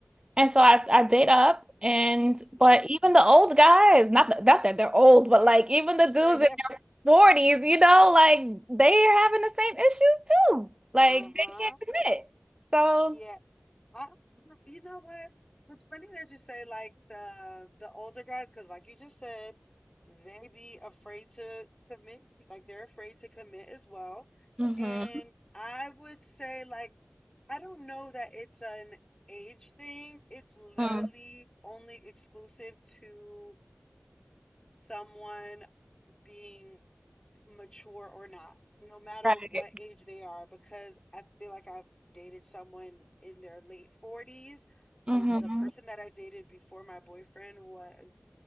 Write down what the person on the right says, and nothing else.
And so I, I date up. And but
even the old guys, not that, not that they're old, but like even the
dudes
in their 40s, you know, like they're having the same issues too.
Like they can't commit. So,
hmm
Mm,
right.
Mm-hmm.